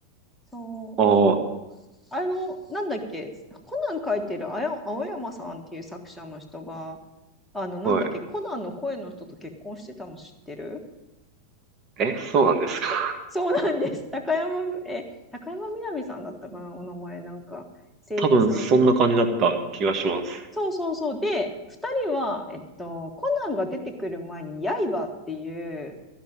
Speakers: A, in the centre; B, on the right.
A: そう。
B: ああ、
A: あの、なんだっけ、コナン書いてるあや青山さんっていう作者の人が、あの、なんだっけ、
B: はい。
A: コナンの声の人と結婚してたの知ってる
B: え、そうなんですか。<laughs>
A: そうなんです。高山、え、高山みなみさんだったかな、お名前、なんか、声優さんで。
B: 多分、そんな感じだった気がします。
A: そうそうそう。で、2人は、えっと、コナンが出てくる前に、刃っていう、